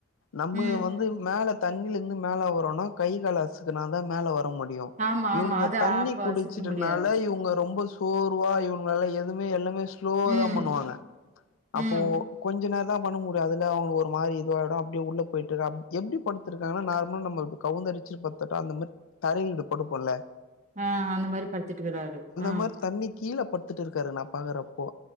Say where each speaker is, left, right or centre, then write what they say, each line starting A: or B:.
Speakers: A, on the left; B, on the right.
A: நம்ம
B: ம்
A: வந்து மேல தண்ணிலந்து மேலே வரோனா கை கால் அசுக்குன தா மேலே வ ர முடியு
B: ஆமா
A: இவனுங்க
B: ஆமா அது
A: தண்ணி
B: அப்ப
A: குடிச்சிட்டனால
B: சிக்க முடியாது
A: இவுங்க ரொம்ப சோர்வா இவனுங்ளால எ துமே எல்லாமே ஸ்லோவ
B: ம்
A: தா பண்ணுவாங்க அப்போ
B: ம்
A: கொஞ்ச நேர தா பண்ண முடியு அதுல அவுங்க ஒரு மாரி இதுவாயிடு அப்டியே உள்ள போயிட்டுறப் எப்டி படுத்துருக்காங்கனா நார்மலா நம்ம கவுந்த அடிச்சிட்டு படுத்துட்டா அந்த மாரி தரைல இப்டி படுப்போல்ல
B: ஆ அந்த மாரி படுத்துட்டிகுறாரு ஆ
A: மாரி தண்ணி கீழ பட்த்துட்டு இருக்காரு நா பாக்குறப்போ